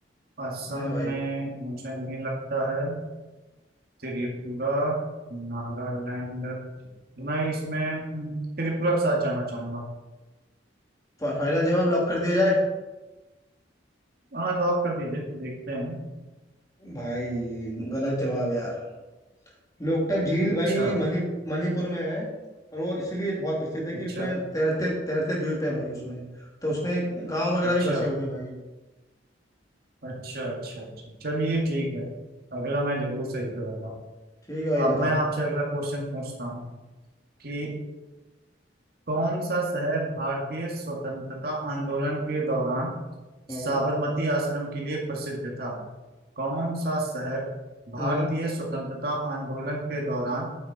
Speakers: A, on the right; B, on the left.
A: असम
B: ना भाई
A: में मुझे नहीं लगता है त्रिपुरा नागालैंड मैं इसमें हम्म, त्रिपुरा के साथ जाना चाहूंगा
B: फा- फाइनल जवाब लॉक कर दिया जाए
A: हाँ लॉक कर दीजिए देखते हैं
B: भाई गलत जवाब यार लोकटक झील
A: अच्छा
B: भाई मणि मणिपुर में है और वो इसलिए बहुत प्रसिद्ध है कि
A: अच्छा
B: उसमें तैरते तैरते द्वीप है भाई उसमें तो उसमें गांव वगैरह
A: अच्छा
B: भी बसे हुए हैं भाई
A: अच्छा अच्छा अच्छा चलिए ठीक है अगला मैं जरूर सही करूंगा
B: ठीक है भाई
A: अब
B: बताओ
A: मैं आपसे अगला क्वेश्चन पूछता हूँ कि कौन सा शहर भारतीय स्वतंत्रता आंदोलन के दौरान
B: हाँ
A: साबरमती
B: भाई
A: आश्रम के लिए प्रसिद्ध था कौन सा शहर
B: हम्म
A: भारतीय स्वतंत्रता आंदोलन के दौरान